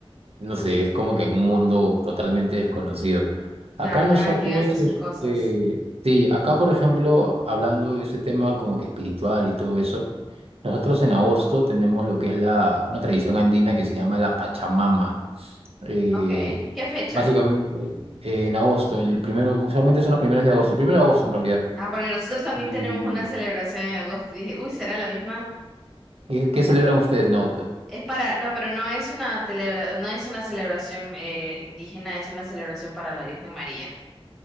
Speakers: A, on the right; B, in the centre.
A: no sé, es como que un mundo totalmente desconocido.
B: Claro,
A: Acá nosotros,
B: cada quien hace sus
A: este,
B: cosas.
A: sí, acá por ejemplo, hablando de ese tema como que espiritual y todo eso, nosotros en agosto tenemos lo que es la, una tradición andina que se llama la Pachamama. Eh,
B: Ok, ¿qué fecha?
A: básicamente, eh, en agosto, el primero, usualmente son los primeros de agosto, el primero de agosto en realidad.
B: Ah, porque nosotros también
A: ¿Y
B: tenemos una celebración en agosto. Y Dije, uy, ¿será la misma?
A: qué, qué celebran ustedes en agosto?
B: Es para, no, pero no es una celebra, no es una celebración eh, indígena, es una celebración para la Virgen María.